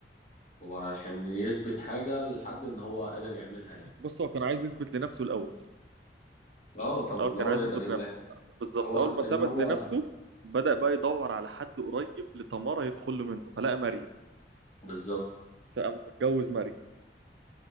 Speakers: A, on the left; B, on the right.
A: هو عشان يثبت حاجة لحد ان هو قادر يعملها يعني
B: بص هو كان عايز يثبت لنفسه الاول
A: اه طبعا
B: الاول كان
A: هو
B: عايز
A: يقدر
B: يثبت
A: يعمل
B: لنفسه
A: اي حاجة
B: بالظبط
A: هو
B: اول
A: خ... ان
B: ما ثبت
A: هو
B: لنفسه بدأ بقى يدور على حد قريب لتمارا يدخل له منه فلقى مريم
A: بالظبط
B: فقام متجوز مريم